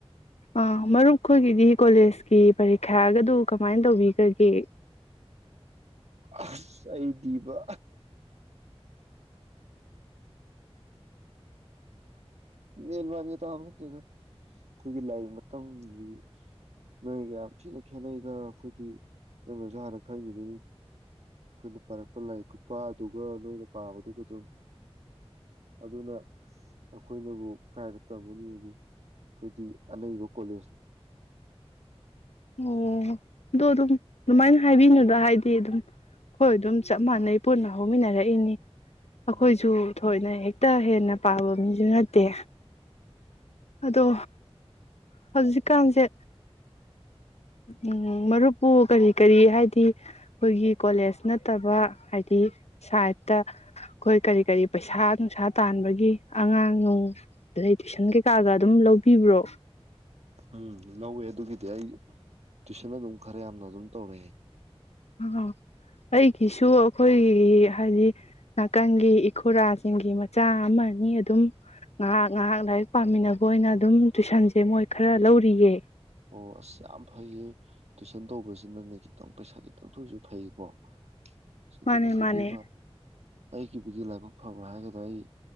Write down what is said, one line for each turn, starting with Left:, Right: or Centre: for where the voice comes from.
Left: ꯑꯥ ꯃꯔꯨꯞ ꯑꯩꯈꯣꯏꯒꯤꯗꯤ ꯀꯣꯂꯦꯖꯀꯤ ꯄꯔꯤꯈ꯭ꯌꯥꯒꯗꯨ ꯀꯃꯥꯏꯅ ꯇꯧꯕꯤꯈ꯭ꯔꯒꯦ
Right: ꯑꯁ ꯑꯩꯗꯤꯕ ꯃꯦꯟꯃꯥꯔꯒꯤ ꯇꯥꯕ ꯅꯠꯇꯦꯗ ꯑꯩꯈꯣꯏꯒꯤ ꯂꯥꯏꯔꯤꯛ ꯃꯇꯝꯁꯤ ꯅꯣꯏꯒ ꯌꯥꯝ ꯊꯤꯅ ꯈꯦꯠꯅꯩꯅ ꯑꯩꯈꯣꯏꯗꯤ ꯅꯣꯏ ꯅꯖꯨ ꯍꯥꯟꯅ ꯈꯪꯉꯤꯗꯨꯅꯤ ꯑꯩꯈꯣꯏꯅ ꯄꯥꯔꯛꯄ ꯂꯥꯏꯔꯤꯛ ꯀꯨꯞꯄ ꯑꯗꯨꯒ ꯅꯣꯏꯅ ꯄꯥꯕꯗꯨꯒ ꯑꯗꯨꯝ ꯑꯗꯨꯅ ꯑꯩꯈꯣꯏꯅꯕꯨ ꯀꯥꯏꯅ ꯇꯝꯒꯅꯤꯗꯤ ꯑꯩꯈꯣꯏꯗꯤ ꯑꯅꯩꯕ ꯀꯣꯂꯦꯖꯅꯤ
Left: ꯑꯣ ꯑꯗꯣ ꯑꯗꯨꯝ ꯑꯗꯨꯃꯥꯏꯅ ꯍꯥꯏꯕꯤꯅꯨꯗ ꯍꯥꯏꯗꯤ ꯑꯗꯨꯝ ꯍꯣꯏ ꯑꯗꯨꯝ ꯆꯞ ꯃꯥꯟꯅꯩ ꯄꯨꯟꯅ ꯍꯧꯃꯤꯟꯅꯔꯛꯏꯅꯤ ꯑꯩꯈꯣꯏꯁꯨ
Right: ꯎꯝ
Left: ꯊꯣꯏꯅ ꯍꯦꯛ ꯇ ꯍꯦꯟꯅ ꯄꯥꯕ ꯃꯤꯁꯨ ꯅꯠꯇꯦ ꯑꯗꯣ ꯍꯧꯖꯤꯛꯀꯥꯟꯁꯦ ꯎꯝ ꯃꯔꯨꯞꯄꯨ ꯀꯔꯤ ꯀꯔꯤ ꯍꯥꯏꯗꯤ ꯑꯩꯈꯣꯏꯒꯤ ꯀꯣꯂꯦꯖ ꯅꯠꯇꯕ ꯍꯥꯏꯗꯤ ꯁꯥꯏꯠꯇ ꯑꯩꯈꯣꯏ ꯀꯔꯤ ꯀꯔꯤ ꯄꯩꯁꯥ ꯅꯨꯡꯁꯥ ꯇꯥꯟꯕꯒꯤ ꯑꯉꯥꯡ ꯅꯨꯡ ꯑꯗꯩ ꯇꯨꯏꯁꯟ ꯀꯩꯀꯥꯒ ꯑꯗꯨꯝ ꯂꯧꯕꯤꯕ꯭ꯔꯣ
Right: ꯎꯝ ꯂꯧꯋꯦ ꯑꯗꯨꯒꯤꯗꯤ ꯑꯩ ꯇꯨꯏꯁꯟ ꯑꯗꯨꯝ ꯈꯔ ꯌꯥꯝꯅ ꯑꯗꯨꯝ ꯇꯧꯔꯛꯑꯦ
Left: ꯑ ꯑꯩꯒꯤꯁꯨ ꯑꯩꯈꯣꯏꯒꯤ ꯍꯥꯏꯗꯤ ꯅꯥꯀꯟꯒꯤ ꯏꯈꯨꯔꯥꯁꯤꯡꯒꯤ ꯃꯆꯥ ꯑꯃꯅꯤ ꯑꯗꯨꯝ ꯉꯥꯏꯍꯥꯛ ꯉꯥꯏꯍꯥꯛ ꯂꯥꯏꯔꯤꯛ ꯄꯥꯝꯃꯤꯟꯅꯕ ꯑꯣꯏꯅ ꯑꯗꯨꯝ ꯇꯨꯏꯁꯟꯁꯦ ꯃꯣꯏ ꯈꯔ ꯂꯧꯔꯤꯌꯦ
Right: ꯑꯣ ꯑꯁ ꯌꯥꯝ ꯐꯩꯌꯦ ꯇꯨꯏꯁꯟ ꯇꯧꯕꯁꯤꯅꯪꯅꯦ ꯈꯤꯇꯪ ꯄꯩꯁꯥ ꯈꯤꯇꯪ ꯊꯣꯏꯁꯨ ꯐꯩꯀꯣ ꯁꯤꯗꯅ
Left: ꯃꯥꯅꯦ
Right: ꯁꯗꯤꯕꯥ
Left: ꯃꯥꯅꯦ
Right: ꯑꯩꯒꯤꯕꯨꯗꯤ ꯂꯥꯏꯕꯛ ꯐꯕ ꯍꯥꯏꯒꯗ꯭ꯔꯥ ꯑꯩ